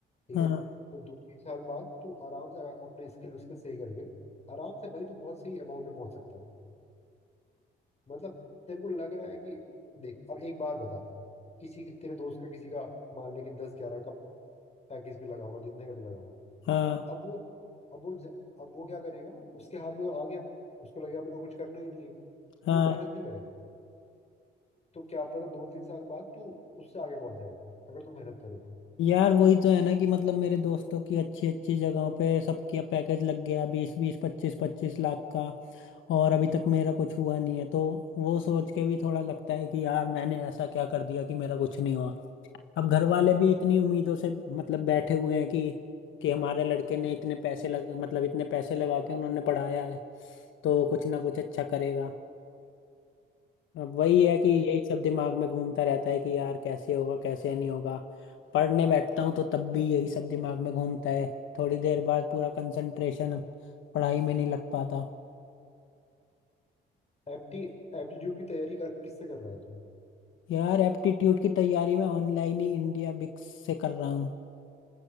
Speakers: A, on the left; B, on the left.
A: ठीक
B: हाँ
A: है तो दो तीन साल बाद तू आराम से अगर अपने स्किल विस्किल सही करके आराम से भाई तू बहुत सही अमाउंट में पहुंच सकता है मतलब तेरे को लग रहा है कि देख अब एक बार बता किसी तेरे दोस्त का किसी का मान ले कि दस ग्यारह का पैकेज भी लगा होगा जितने का भी लगा होगा
B: हाँ
A: अब वो अब वो ज- अब वो क्या करेगा उसके हाथ में तो आ गया उसको लगेगा मेरे को कुछ करना ही नहीं है
B: हाँ
A: तो मेहनत नहीं करेगा तो क्या पता दो तीन साल बाद तू उससे आगे पहुंच जाए अगर तू मेहनत करे तो
B: यार वही तो है ना कि मतलब मेरे दोस्तों की अच्छी अच्छी जगहों पे सबका पैकेज लग गया बीस बीस पच्चीस पच्चीस लाख का और अभी तक मेरा कुछ हुआ नहीं है तो वो सोच के भी थोड़ा लगता है कि यार मैंने ऐसा क्या कर दिया कि मेरा कुछ नहीं हुआ अब घर वाले भी इतनी उम्मीदों से मतलब बैठे हुए हैं कि कि हमारे लड़के ने इतने पैसे लग मतलब इतने पैसे लगा के उन्होंने पढ़ाया है तो कुछ ना कुछ अच्छा करेगा अब वही है कि यही सब दिमाग में घूमता रहता है कि यार कैसे होगा कैसे नहीं होगा पढ़ने बैठता हूँ तो तब भी यही सब दिमाग में घूमता है थोड़ी देर बाद पूरा कंसंट्रेशन पढ़ाई में नहीं लग पाता
A: एप्टी एप्टीट्यूड की तैयारी कर, किससे कर रहा है तू
B: यार एप्टीट्यूड की तैयारी मैं ऑनलाइन ही इंडिया बिक्स से कर रहा हूँ